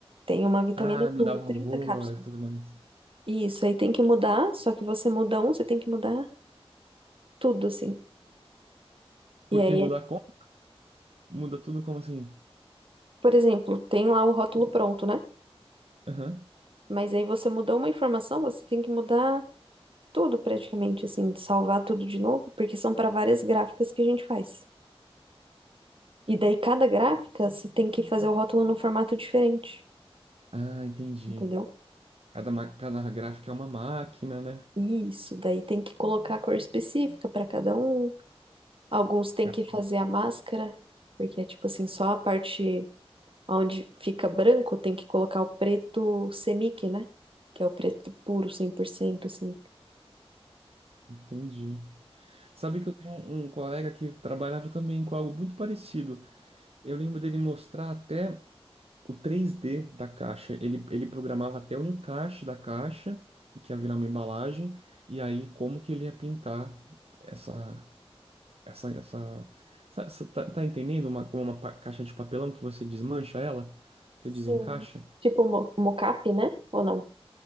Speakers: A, on the right (about 60°); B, on the right (about 75°).
A: tem uma vitamina
B: Ah, mudar
A: com 30
B: valor
A: cápsulas.
B: e tudo mais.
A: Isso, aí tem que mudar, só que você muda um, você tem que mudar tudo, assim.
B: Porque
A: E aí,
B: mudar como? Muda tudo como assim?
A: por exemplo, tem lá o rótulo pronto, né?
B: Aham.
A: Mas aí você mudou uma informação, você tem que mudar tudo praticamente, assim, salvar tudo de novo, porque são para várias gráficas que a gente faz. E daí cada gráfica você tem que fazer o rótulo num formato diferente,
B: Ah, entendi.
A: entendeu?
B: Cada, ma- cada gráfica é uma máquina, né?
A: Isso, daí tem que colocar a cor específica para cada um. Alguns tem
B: Cara,
A: que fazer a máscara, porque é tipo assim, só a parte onde fica branco tem que colocar o preto semic, né? Que é o preto puro, cem por cento assim.
B: entendi. Sabe que eu tenho um, um colega que trabalhava também com algo muito parecido. Eu lembro dele mostrar até o 3D da caixa. Ele, ele programava até o encaixe da caixa, que ia virar uma embalagem, e aí como que ele ia pintar essa. Essa, essa, essa- essa- tá, tá entendendo? Uma, como uma pa- caixa de papelão que você desmancha ela, você desencaixa?
A: Sim. Tipo mo mocap, né? Ou não?